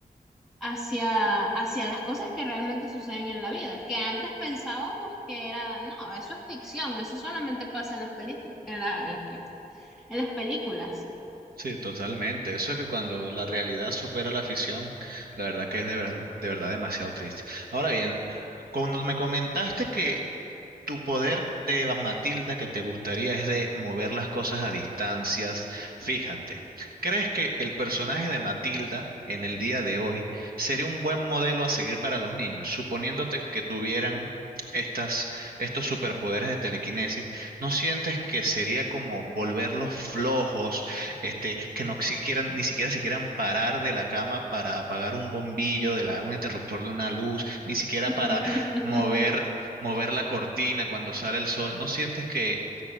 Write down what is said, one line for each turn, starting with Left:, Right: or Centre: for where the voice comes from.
Centre: hacia, hacia las cosas que realmente suceden en la vida, que antes pensábamos que era, no, eso es ficción, eso solamente pasa en las, películas en la- en las películas, en las películas.
Right: Sí, totalmente. Eso es que cuando la realidad supera la ficción, la verdad que es de, ver- de verdad demasiado triste. Ahora bien, cuando me comentaste que Tu poder de Matilda que te gustaría es de mover las cosas a distancias. Fíjate, ¿crees que el personaje de Matilda en el día de hoy sería un buen modelo a seguir para los niños? Suponiéndote que tuvieran estas, estos superpoderes de telequinesis, ¿no sientes que sería como volverlos flojos, este, que no siquiera, ni siquiera se quieran parar de la cama para apagar un bombillo, de la, un interruptor de una luz, ni siquiera
Centre: <laughs>
Right: para mover mover la cortina cuando sale el sol, ¿no sientes que